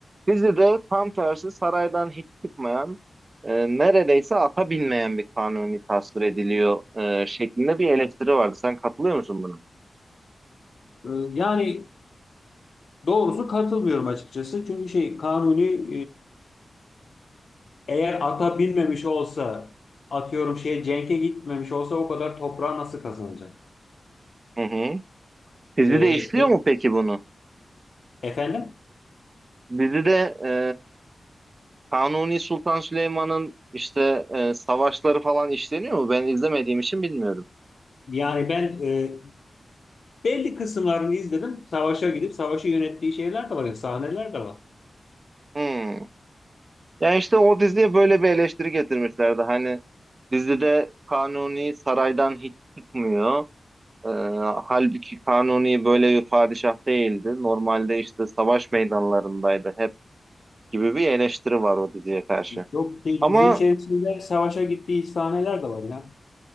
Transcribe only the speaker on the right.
Dizide tam tersi saraydan hiç çıkmayan, e, neredeyse ata binmeyen bir kanuni tasvir ediliyor e, şeklinde bir eleştiri vardı. Sen katılıyor musun buna?
Hı hı. Dizide
işliyor
mu peki bunu?
Dizide e, Kanuni Sultan Süleyman'ın işte e, savaşları falan işleniyor mu? Ben izlemediğim için bilmiyorum.
Hmm. Yani işte o diziye böyle bir eleştiri getirmişlerdi. Hani dizide Kanuni saraydan hiç çıkmıyor. Ee, halbuki Kanuni böyle bir padişah değildi. Normalde işte savaş meydanlarındaydı hep gibi bir eleştiri var o diziye karşı.
Ama